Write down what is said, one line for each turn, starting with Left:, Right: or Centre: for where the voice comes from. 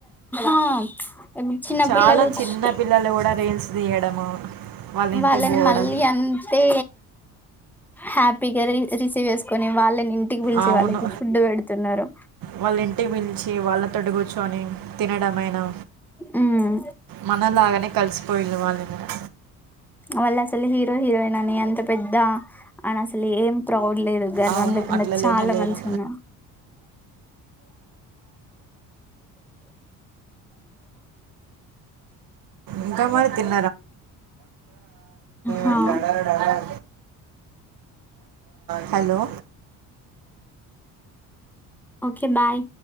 Centre: ా ఏ చిన్న
Right: చాలా
Centre: పల్లుచ్చ
Right: చిన్న
Centre: <unintelligible>
Right: పిల్లలు కూడా రీల్స్ తీయడము వాళ్ళ ఇంటికి
Centre: వాళ్ళని
Right: పోవడం
Centre: మళ్ళీ అంటే హ్యాపీగా రి రిసీవ్ చేసుకొని వాళ్ళని ఇంటికి పిలిచి
Right: అవును
Centre: వాళ్ళకి ఫుడ్ పెడుతున్నారు
Right: వాళ్ళ ఇంటికి పిలిచి వాళ్ళ తోటి కూర్చొని తినడమైన తినడమైన
Centre: ఉమ్
Right: మనలాగానే కలిసిపోయిలు వాళ్లు కూడా
Centre: వాళ్ళు అసలు హీరో హీరోయిన్ అని అంత పెద్ద అని అసలు ఏం ప్రౌడ్ లేదు గర్వం
Right: అవును
Centre: లేకుండా
Right: అట్లా
Centre: చాలా
Right: లేనే లేరు
Centre: మంచిగ ఉంది
Right: ఇంకా మరి తిన్నావ
Centre: హా
Right: వస్తాడా హలో
Centre: ఓకే బాయ్